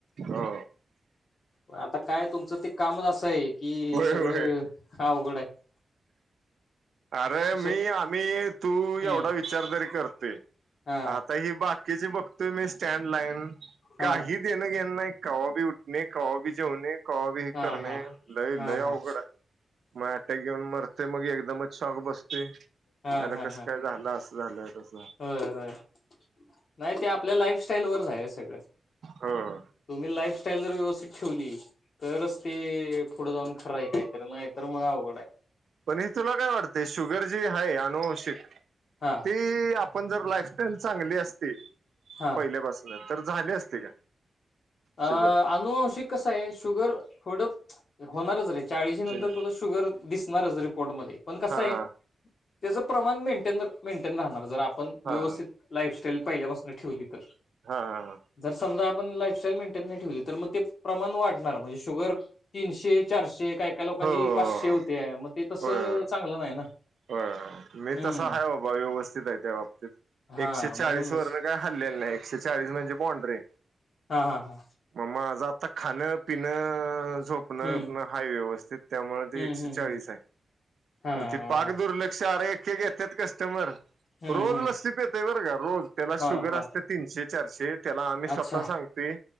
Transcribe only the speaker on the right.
हो
होय होय
अरे, मी
आम्ही तू एवढा
विचार तरी करतोय
आता ही बाक किची बघतोय मी स्टँड लाईन
काही देणं घेणं नाही कवा बी उठ णे, कवा बी जेवणे, कवा बी हे
करणे
लय
लय
अवघड आहे मग अटॅक येऊन मरते मग एकदमच शॉक बसतेय.
त्याला
कसं
काय झालं असं झालंय तस.
<unintelligible>
पण हे तुला काय वाटते शुगर जी आहे अनुवांशिकत
ते आपण जर लाईफस्टाईल चांगली असते.
पहिल्यापासून तर झाले असते का?
शुगर
जेनेटिक
हा हा
हा
हा
हा
हो हो
हो.
होय होय
होय मी
तसं आहे बाबा व्यवस्थित आहे त्या बाबतीत.
एकशे चाळीस
वरन काय हल्लेलं नाही एकशे चाळीस म्हणजे बॉन्ड्री.
माझ आता खाण पिण झोपन बिपन
हाय व्यवस्थित त्यामुळे ते
एकशे
चाळीस
आहे.
पाक
दुर्लक्ष अरे एके के येत्यात कस्टमर.
रोज
लस्सी पेतय बरं का रोज त्याला
शुगर
असते तीनशे चारशे त्याला आम्ही स्वतः
सांगते